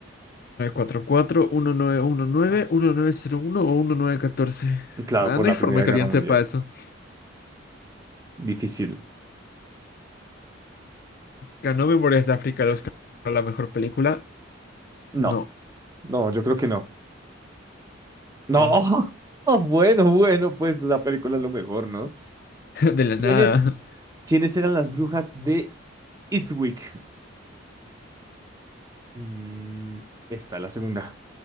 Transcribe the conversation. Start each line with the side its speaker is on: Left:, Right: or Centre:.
Left: 1944, 1919,
Right: <laughs>
Left: uno o mil novecientos catorce
Right: Claro,
Left: Nah,
Right: por
Left: no
Right: la
Left: hay forma
Right: Primera
Left: que
Right: Guerra
Left: alguien
Right: Mundial.
Left: sepa eso.
Right: Difícil.
Left: ¿Ganó Memorias de África el Oscar a la mejor película?
Right: No,
Left: No,
Right: no, yo creo que no. No,
Left: no.
Right: <laughs> Oh, bueno, bueno, pues la película es lo mejor, ¿no?
Left: <laughs> De la
Right: ¿Quiénes,
Left: nada.
Right: quiénes eran las brujas de Eastwick? Mm, esta, la segunda.